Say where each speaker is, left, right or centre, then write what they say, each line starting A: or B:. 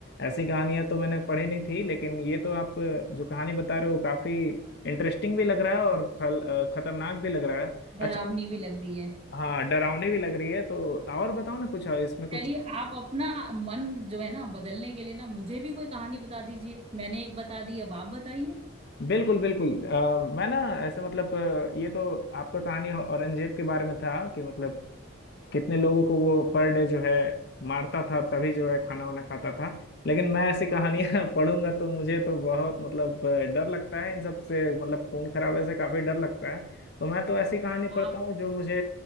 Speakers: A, on the left; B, on the right.
A: ऐसी कहानियां तो मैंने पढ़ी नहीं थी लेकिन ये तो आप जो कहानी बता रहे हो काफी इंटरेस्टिंग भी लग रहा है और खल, अ, खतरनाक भी लग रहा है
B: डरावनी
A: अच्छा
B: भी लग रही है
A: हाँ डरावनी भी लग रही है तो और बताओ ना कुछ इसमें कुछ
B: चलिए आप अपना मन जो है ना बदलने के लिए ना मुझे भी कोई कहानी बता दीजिए मैंने एक बता दी अब आप बताइए
A: बिल्कुल बिल्कुल अ, मैं ना ऐसे मतलब अ, ये तो आपका कहानी औरंगजेब के बारे में था कि मतलब कितने लोगों को वो पर डे जो है मारता था तभी जो है खाना वाना खाता था लेकिन मैं ऐसी कहानियां
B: हाँ
A: <laughs> पढ़ूंगा तो मुझे तो बहुत मतलब अ, डर लगता है इन सब से मतलब खून खराबे से काफी डर लगता है तो मैं तो ऐसी कहानी पढ़ता
B: आप
A: हूँ जो मुझे